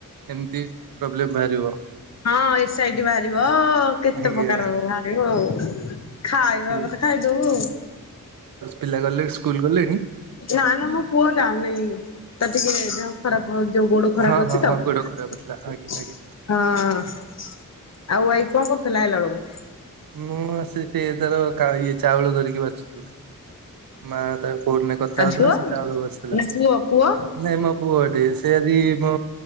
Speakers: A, on the right; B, on the left.
A: ଏମିତି ପ୍ରୋବ୍ଲେମ ବାହାରିବ।
B: ହଁ ଏସ ଆଇ ଟି ବାହାରିବ କେତେ
A: ଆଜ୍ଞା
B: ପ୍ରକାର ବାହାରିବ ଆଉ ଖାଇବା
A: ଠିକ।
B: କଥା ଖାଇଦଉ ଆଉ।
A: ପିଲା ଗଲେ ସ୍କୁଲ ଗଲେଣି?
B: ନା ନା ମୋ ପୁଅ ଯାଉନେଇଁ ତା ଟିକେ ଦେହ ଖରାପ ଯୋଉ ଗୋଡ ଖରାପ
A: ହଁ
B: ଅଛି
A: ହଁ
B: ତ।
A: ହଁ
B: ହଁ
A: ଗୋଡ ଖରାପ ଥିଲା ଆଜ୍ଞା ଆଜ୍ଞା।
B: ଆଉ ୱାଇଫ କଣ କରୁଥିଲା ଅଇଲା ବେଳକୁ?
A: ମୁଁ ଆସି କି ଏ ତାର କା ଇଏ ଚାଉଳ ଧରିକି ବାଛୁଥିଲା। ମା ତ କୋଉଠିନ କଥା
B: ଆଉ
A: ହଉଥିଲା
B: ଝୁଅ
A: ସେ ଚାଉଳ ବଛୁଥିଲା।
B: ନା ପୁଅ ପୁଅ
A: ନାଇଁ ମୋ ପୁଅ ଟିଏ ସେ ଆଜି ମୋ